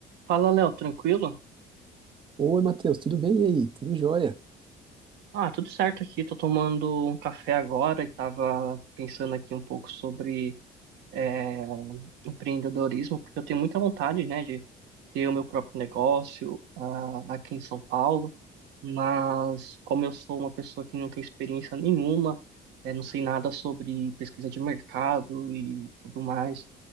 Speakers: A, on the right; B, on the right.
A: Fala, Léo, tranquilo?
B: Oi, Matheus, tudo bem? E aí? Tudo jóia?
A: Ah, tudo certo aqui. Tô tomando um café agora e tava pensando aqui um pouco sobre é, empreendedorismo, porque eu tenho muita vontade, né, de ter o meu próprio negócio ah, aqui em São Paulo, mas como eu sou uma pessoa que não tem experiência nenhuma, eh, não sei nada sobre pesquisa de mercado e tudo mais,